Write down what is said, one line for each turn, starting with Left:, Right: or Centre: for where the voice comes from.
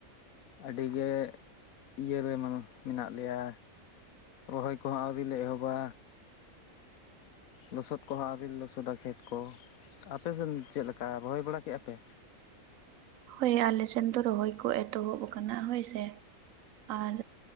Left: ᱟᱰᱤ ᱜᱮ ᱤᱭᱟᱹ ᱨᱮ ᱢᱟ ᱢᱮᱱᱟᱜ ᱞᱮᱭᱟ᱾ ᱨᱚᱦᱚᱭ ᱠᱚᱦᱚᱸ ᱟᱹᱣᱨᱤ ᱞᱮ ᱮᱦᱚᱵᱟ᱾ ᱞᱚᱥᱚᱫ ᱠᱚᱦᱚᱸ ᱟᱣᱨᱤ ᱞᱮ ᱞᱚᱥᱚᱫᱟ ᱠᱷᱮᱛ ᱠᱚ᱾ ᱟᱯᱮᱥᱮᱫ ᱪᱮᱫ ᱞᱮᱠᱟ ᱨᱚᱦᱚᱭ ᱵᱟᱲᱟ ᱠᱮᱜ-ᱟ ᱞᱮ?
Right: ᱦᱳᱭ ᱟᱞᱮ ᱥᱮᱱ ᱫᱚ ᱨᱚᱦᱚᱭ ᱠᱚ ᱮᱛᱚᱦᱚᱵ ᱟᱠᱟᱱᱟ ᱦᱳᱭ ᱥᱮ ᱟᱨ